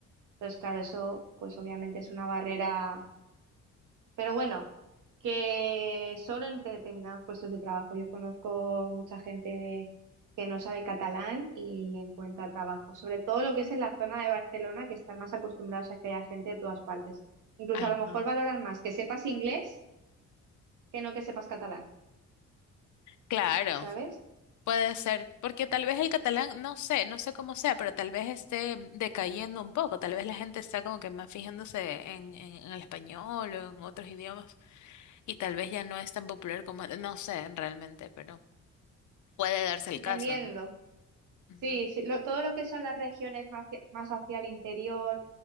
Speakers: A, on the right (about 80°); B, on the left (about 70°).
A: Entonces, claro, eso pues obviamente es una barrera pero bueno, que solo en determinados puestos de trabajo. Yo conozco mucha gente de- que no sabe catalán y encuentra trabajo. Sobre todo lo que es en la zona de Barcelona, que están más acostumbrados a que haya gente de todas partes. Incluso
B: Ajá.
A: a lo mejor valoran más que sepas inglés que no que sepas catalán,
B: Claro,
A: ¿sabes?
B: puede ser, porque tal vez el catalán, no sé, no sé cómo sea, pero tal vez esté decayendo un poco, tal vez la gente está como que más fijándose en, en, en el español o en otros idiomas y tal vez ya no es tan popular como, no sé realmente, pero puede darse
A: Dependiendo.
B: el caso, ¿no? Ujú.
A: Sí, sí, lo- todo lo que son las regiones más hacia, más hacia el interior